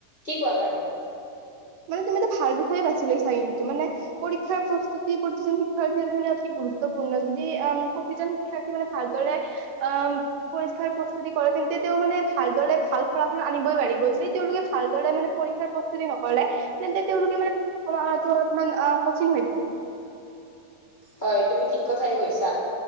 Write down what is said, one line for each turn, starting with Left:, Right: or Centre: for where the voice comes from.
Left: কি কোৱা বাৰু?
Right: মানে তুমিটো ভাল বিষয়ে বাছি লৈছা মানে পৰীক্ষাৰ প্ৰস্তুতি শিকাৰ কাৰনে অতি গুৰুত্বপূৰ্ণ। যদি অ প্ৰতিজন শিক্ষাৰ্থী ভালদৰে অ পৰীক্ষাৰ প্ৰস্তুতি কৰিলেহেঁতেন তেতিয়াও ভালদৰে ভাল ফলাফল আনিবই পাৰিব। যদি তেওঁলোক ভালদৰে পৰীক্ষাৰ প্ৰস্তুতি নকৰে তেন্তে তেওঁ লোকে মানে কৰা অলপমান কঠিন হৈ পৰে।
Left: হয় তুমি ঠিক কথাই কৈছা।